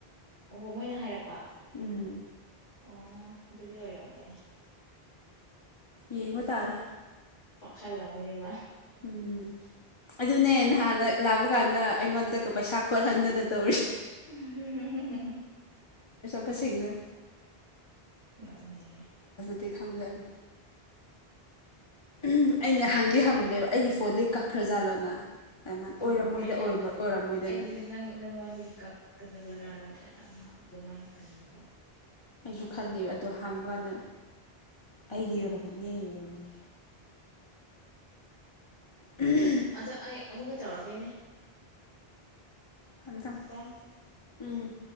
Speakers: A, on the left; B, on the left.
A: ꯑꯣ ꯃꯣꯏꯅ ꯍꯥꯏꯔꯛꯄ
B: ꯎꯝ
A: ꯑꯣ ꯑꯗꯨꯗꯤ ꯑꯣꯏꯔꯝꯃꯣꯏ
B: ꯌꯦꯡꯕ ꯇꯥꯔꯦ
A: ꯄꯛꯈꯠꯂꯝꯃꯅꯤ ꯃꯥ
B: ꯎꯝ ꯑꯗꯨꯅꯦ ꯅꯍꯥꯟ ꯂꯥꯛꯄ ꯀꯥꯟꯗ ꯑꯩꯉꯣꯟꯗ ꯄꯩꯁꯥ ꯈꯣꯠꯍꯟꯗꯅ ꯇꯧꯔꯤ
A: ꯍꯨꯡ ꯍꯨꯡ ꯍꯨꯡ
B: ꯇꯁꯦꯡꯅ
A: ꯉꯛꯅꯤꯡꯉꯦ
B: ꯗꯤ ꯈꯪꯕꯖꯥꯠꯅꯤ ꯎꯝꯍꯨ ꯑꯩꯅꯦ ꯍꯪꯕꯗꯤ ꯍꯪꯕꯅꯦꯕ ꯑꯩꯒꯤ ꯐꯣꯟꯗꯒꯤ ꯀꯛꯈ꯭ꯔꯖꯥꯠꯂꯣꯅ ꯑꯣꯏꯔꯝꯃꯣꯏꯗ
A: ꯑꯣ ꯑꯩꯗꯤ
B: ꯑꯣꯏꯔꯝꯃꯣꯏꯗꯅ
A: ꯑꯩꯗꯤ ꯅꯪ ꯅꯪ ꯉꯣꯟꯗꯒꯤ ꯀꯛ ꯀꯛ ꯈꯕꯔꯅ ꯑ ꯑꯗꯨꯃꯥꯥꯏ ꯈꯟꯕꯀꯣ
B: ꯑꯩꯁꯨ ꯈꯜꯂꯦꯕ ꯑꯗꯣ ꯍꯥꯡꯕ ꯀꯥꯟꯗ ꯑꯩꯒꯤ ꯑꯣꯏꯔꯝꯒꯅꯤ ꯑꯩ ꯑꯣꯏꯔꯝꯒꯅꯤ ꯎꯝꯍꯨ
A: ꯑꯗ ꯑꯩ ꯑꯃꯨꯛꯀ ꯇꯧꯔꯛꯀꯦꯅꯦ
B: ꯊꯝ ꯊꯝ
A: ꯀꯣ
B: ꯎꯝ